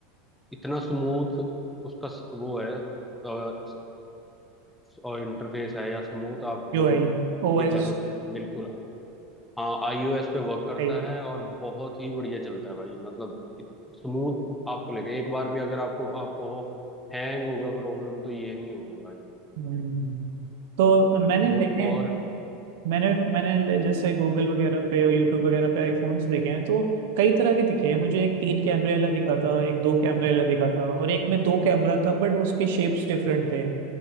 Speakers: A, in the centre; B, on the right.
A: इतना स्मूथ उसका स- वो है अ, और इंटरफेस है या स्मूथ आप
B: यू
A: जो
B: आई ओ
A: ये
B: एस
A: कह लो कि बिल्कुल हाँ आईओएस पे वर्क करता
B: आई
A: है और बहुत ही बढ़िया चलता है भाई मतलब स्मूथ आपको लगे एक बार भी अगर आपको आपको हो हैंग होगा प्रॉब्लम तो ये नहीं होगा भाई
B: हम्म, तो मैंने
A: वो
B: देखे
A: और
B: मैंने मैंने ले- जैसे गूगल वगैरह पे और यूट्यूब वगैरह पे आईफोन्स देखे हैं तो कई तरह के दिखे हैं मुझे एक तीन कैमरे वाला दिखा था एक दो कैमरे वाला दिखा था और एक में दो कैमरा था बट उसके शेप्स डिफरेंट थे